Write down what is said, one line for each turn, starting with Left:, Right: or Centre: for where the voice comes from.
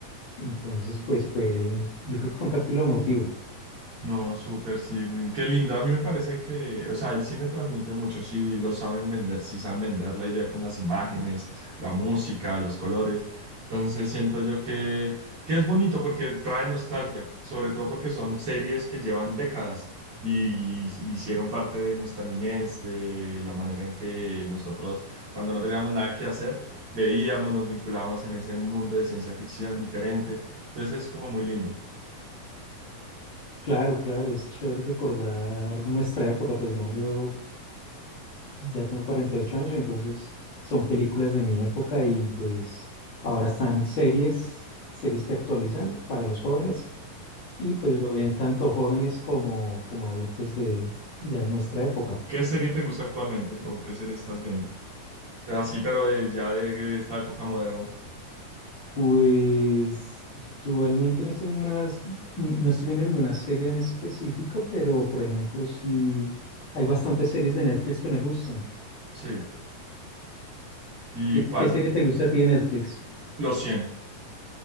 Left: Entonces,
Right: Uy.
Left: pues fue, un- yo creo que fue un capítulo emotivo.
Right: No, súper, sí. mm, Qué lindo. A mí me parece que, o sea, el cine transmite mucho si lo saben vender, si saben vender la idea con las imágenes, la música, los colores. Entonces siento yo que, que es bonito porque trae nostalgia, sobre todo porque son series que llevan décadas y, y hicieron parte de nuestra niñez, de la manera en que nosotros, cuando no teníamos nada que hacer, veíamos, nos vinculábamos en ese mundo de ciencia ficción diferente. Entonces es como muy lindo.
Left: Claro, claro, es chévere recordar nuestra época, pues digamos yo ya tengo 48 años, entonces son películas de mi época y pues ahora están series, series que actualizan para los jóvenes y pues lo ven tanto jóvenes como, como adultos de ya de nuestra época.
Right: ¿Qué serie te gusta actualmente o qué serie estás viendo? Pero sí, pero de, ya de, de esta época moderna.
Left: Pues actualmente no estoy ninguna, ni- no estoy viendo ninguna serie en específico, pero por ejemplo, sí hay bastantes series de Netflix que me gustan.
Right: Sí. ¿Y
Left: ¿Qué,
Right: cuál?
Left: qué serie te gusta a ti de Netflix?
Right: Los cien.